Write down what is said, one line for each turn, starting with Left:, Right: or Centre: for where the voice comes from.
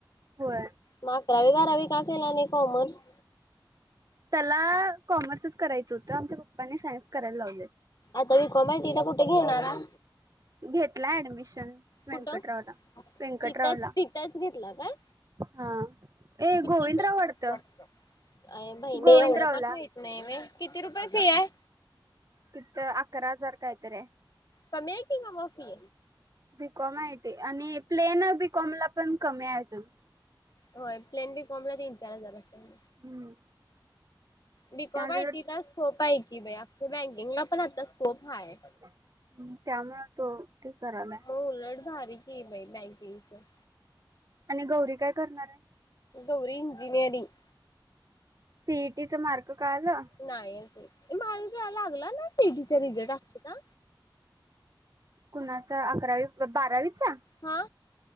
Right: होय.
Left: मग अकरावी बारावी का केला नाही कॉमर्स?
Right: त्याला कॉमर्सच करायचं होतं आमच्या पप्पाने सायन्स करायला लावलय.
Left: आता बिकॉम आयटी ला कुठ घेणारा?
Right: घेतल ऍडमिशन व्यंकटरावला
Left: कुठं
Right: व्यंकटरावला
Left: तिथच तिथंच घेतला काय
Right: हा ए
Left: किती
Right: गोविंदराव
Left: अ
Right: वाटतं
Left: बहिणे
Right: गोविंदरावला
Left: एवढं पण माहित नाही होय किती रुपये फी आहे?
Right: तिथं अकरा हजार काहीतरी आहे
Left: कमी आहे की ग मग फी.
Right: बीकॉम आयटी आणि प्लेन बीकॉम ला पण कमी आहे आजून
Left: होय प्लेन बीकॉम ला तीन चार हजार असेल.
Right: हम्म
Left: बीकॉम
Right: त्यानंतर
Left: आयटीला स्कोप आहे की बाई आपली बँकिंगला पण आता स्कोप हाय.
Right: ह् त्यामुळे तो ते करालाय
Left: मग उलट भारी की बाई बँकिंगच
Right: आणि गौरी काय करणार आहे?
Left: गौरी इंजिनीयरिंग
Right: सीईटीच मार्क कळालं
Left: नाही अजून. माहिजा लागला ना सीईटीचा रिझल्ट अक्षदा
Right: कुणाचा अकरावी बारावीचा
Left: हा